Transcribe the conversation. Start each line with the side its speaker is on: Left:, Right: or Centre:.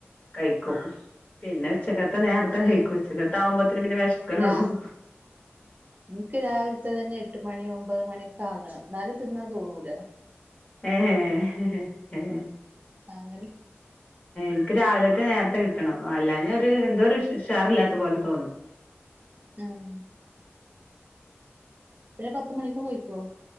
Left: കഴിക്കും പിന്നെ ഉച്ചകത്തെ നേര്ത്തെ
Right: ഏഹ്
Left: കഴിക്കും. ഉച്ചക്കത്തെ ആവുംമ്പോതേനും പിന്നെ വെശ്ക്കല്
Right: രാ
Left: തൊടങ്ങും
Right: എനിക്ക് രാവിലത്തെ തന്നെ എട്ട് മണിയോ ഒമ്പത് മണിയൊക്കാകണം എന്നാലും തിന്നാൻ തോന്നൂല
Left: ഏഹേ ഹേ ഹേ
Right: താങ്ങള്
Left: നിക്ക് രാവിലത്തെ നേരത്തെ കിട്ടണം അല്ലാഞ്ഞാ ഒരു എന്തോ ഒരു ഉഷ് ഉഷാർല്ലാത്തപോലെ തോന്നും
Right: ആഹ് പിന്നെ പത്ത് മണിക്കും കഴിക്കോ